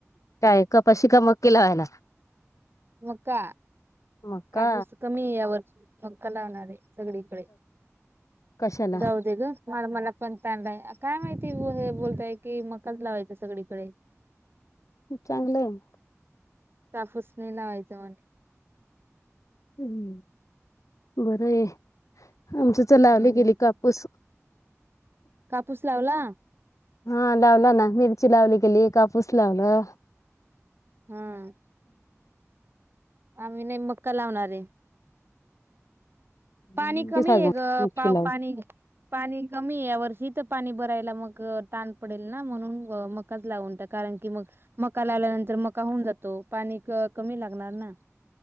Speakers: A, on the left (about 80°); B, on the right (about 45°).
A: काय कपाशी का मक्की लावायला
B: मका
A: मक्का
B: कापूस कमी आहे यावर्षी. मक्का लावणारे सगळीकडे
A: कशाला
B: जाऊ दे ग. म मला पण चांगलं आहे काय माहिती हे बोलताय की मकाच लावायचं सगळीकडे.
A: चांगल आहे मग.
B: कापूस नाही लावायच म्हणे.
A: हम्म बरं आहे. आमच्याच लावली
B: हम्म
A: गेली कापूस.
B: कापूस लावला?
A: हां लावला ना मिरची लावली गेली कापूस लावला.
B: हां. आम्ही नाही मक्का लावणार आहे. पाणी
A: नक्की
B: कमी आहे ग पाव
A: लाव
B: पाणी. पाणी कमी या वर्षी तर पाणी भरायला मग ताण पडेल ना म्हणून मकाच लावून टाक का कारण की मग मका लावल्यानंतर मका होऊन जातो पाणी कमी लागणार ना.